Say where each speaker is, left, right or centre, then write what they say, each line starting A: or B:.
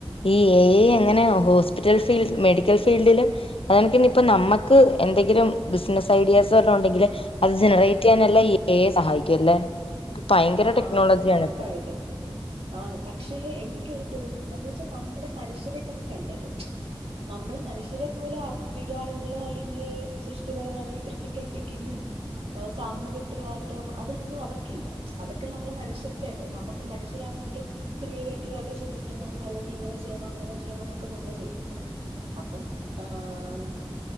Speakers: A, on the left; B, on the right.
A: ഈ എ ഐ എങ്ങനെ ഹോസ്പിറ്റൽ ഫീൽഡ് മെഡിക്കൽ ഫീൽഡില് അതെകണക്കിന് ഇപ്പോ നമുക്ക് എന്തെങ്കിലും ബിസിനസ് ഐഡിയാസ് വല്ലോം ഉണ്ടെങ്കിൽ അത് ജനറേറ്റ് ചെയ്യാനെല്ലാം ഐ സഹായിക്കുല്ലേ ഭയങ്കര
B: ആ
A: ടെക്നോളജിയാണിപ്പൊ
B: ഉറപ്പായിട്ടും ആണ് പക്ഷേ എനിക്കൊരു തോന്നുന്നത് വെച്ചാ നമ്മുടെ മനുഷ്യരെ കണക്കല്ലല്ലോ നമ്മള് മനുഷ്യരെ പോലെ വികാരങ്ങളോ അല്ലെങ്കിൽ സൃഷ്ടിപരം അല്ലെങ്കി ക്രിട്ടിക്കൽ തിങ്കിങ്ങും സാമൂഹികത്തരവാതിത്വം അതൊന്നും അവർക്കില്ല അതൊക്കെ നമ്മള മനുഷ്യർക്കല്ല നമ്മുക്ക് മനുഷ്യരാണ് നമ്മള് ക്രിയേറ്റീവ് ആയി ചന്തിക്കുന്നുന്നതും അല്ലെങ്കി ഇങ്ങനെ ചെയ്യണം അങ്ങനെ ചെയ്യണം എന്നൊക്കെ നമ്മള് ചെയ്യുന്നത് അപ്പം ഏഹ്